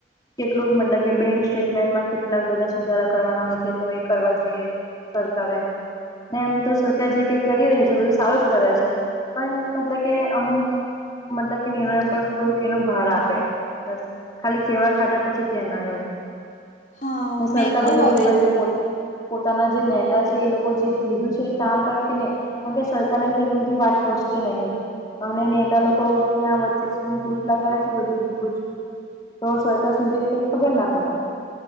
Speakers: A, on the left; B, on the left.
A: કેટલુંક મતલબ કે બેંક સ્ટેટમેન્ટમાં કેટલાક બધા સુધારા કરવાના હોય છે તો એ કરવા જોઈએ. સરકારે ને એમ તો સરકાર જે કઈ કરી રહી છે બધું સારું જ કરે છે. પણ મતલબ કે અમુક મતલબ કે નિર્ણયપટ થોડુંક એનો ભાર આપે બસ ખાલી કેવા ખાતા પછી કે ના એવું.
B: હા
A: હું સરકાર
B: મેં કવ
A: બધા
B: હવે
A: જોવે કે પોત પોતાના જે નેતા છે એ લોકો જે કીધું છે એ કામ કરે તેને કારણ કે સરકારને <unintelligible> એવી બધી વાત પહોચતી નથી અને નેતા લોકો ક્યાં વચ્ચે હું ગૂસલા <unintelligible> તો સરકાર સુધી કઈ ખબર ના પડે.